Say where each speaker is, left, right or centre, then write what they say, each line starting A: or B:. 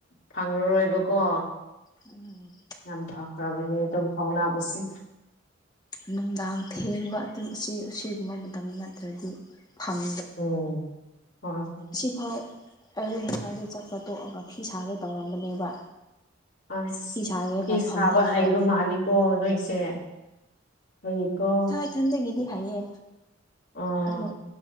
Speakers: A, on the left; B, on the left.
A: ꯐꯪꯪꯂꯔꯣꯏꯕꯀꯣ
B: ꯎꯝ
A: ꯌꯥꯝ ꯐꯈ꯭ꯔꯕꯅꯦ ꯑꯗꯨꯝ ꯐꯥꯎꯅꯕꯁꯦ
B: ꯅꯨꯡꯗꯥꯡ ꯊꯦꯡꯕ ꯑꯗꯨꯝ ꯑꯁꯤꯒꯨꯝꯕ ꯃꯇꯝꯗ ꯅꯠꯇ꯭ꯔꯗꯤ ꯐꯪ
A: ꯎꯝ ꯍꯣꯏ ꯍꯣꯏ
B: ꯁꯤꯐꯥꯎ ꯑꯩꯗꯨ ꯉꯁꯥꯏꯗ ꯆꯠꯄ ꯇꯣꯛꯑꯒ ꯐꯤ ꯁꯥꯒ ꯇꯧꯔꯝꯕꯅꯦꯕ
A: ꯑꯁ
B: ꯐꯤ ꯁꯥꯒꯦꯅ
A: ꯐꯤ
B: ꯐꯝꯊꯔꯒ
A: ꯁꯥꯕ ꯍꯩꯕ ꯃꯥꯜꯂꯤꯀꯣ ꯅꯣꯏꯁꯦ ꯑꯩꯀꯣ
B: ꯏꯊꯟꯗꯒꯤꯗꯤ ꯍꯥꯏꯌꯦ
A: ꯑꯥ
B: ꯑꯗꯣ